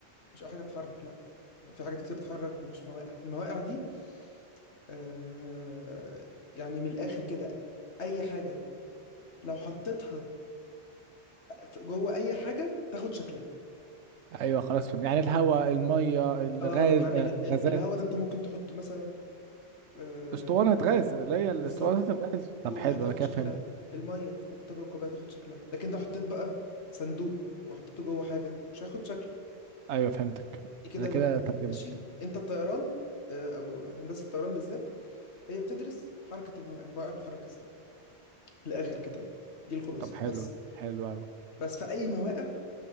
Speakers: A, on the left; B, on the right.
A: مش اي حاجة بتتحرك لا في حاجات كتير بتتحرك ومش مواقع المواقع دي آه يعني من الاخر كده اي حاجة لو حطيتها فجوه اي حاجه تاخد شكلها
B: ايوه خلاص فهم يعني الهواء الميه الغاز
A: اه يعني
B: آه،
A: اله- ال-
B: غازات
A: الهوا ده انت ممكن تحطه مثلا آه
B: اسطوانة غاز اللي هي الاسطوانة
A: بالظبط
B: الغاز طب
A: جوه
B: حلو
A: هتاخد
B: انا كده
A: شكلها
B: فهمت
A: الميه حطيتها جوه الكوبايه تاخد شكلها لكن لو حطيت بقى صندوق وحطيته جوه حاجه مش هياخد شكله
B: ايوه فهمتك
A: دي كده
B: انا كده
A: المواد
B: ترجمت
A: ماشي انت الطيران آه، او هندسه الطيران بالذات هي بتدرس حركه الموائع الموائع بتتحرك ازاي من الاخر كده يعني دي الخلاصه
B: طب حلو
A: بس
B: حلو قوي
A: بس في اي مواقع